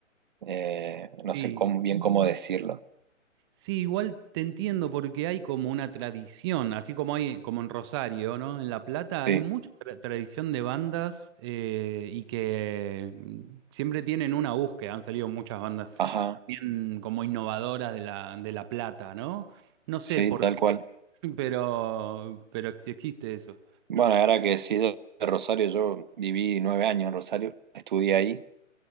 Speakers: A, on the right; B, on the right.
A: eh,
B: sí.
A: no sé cómo- bien cómo decirlo.
B: Sí, igual te entiendo porque hay como una tradición, así como hay como en Rosario, ¿no? En La Plata hay
A: Sí,
B: mucha tra- tradición de bandas eh, y que mm, siempre tienen una búsqueda, han salido muchas bandas
A: ajá,
B: bien como innovadoras de la, de La Plata, ¿no? No
A: sí,
B: sé por
A: tal
B: qué,
A: cual.
B: <laughs> pero, pero sí existe eso.
A: Bueno, ahora que decís de de Rosario, yo viví nueve años en Rosario, estudié ahí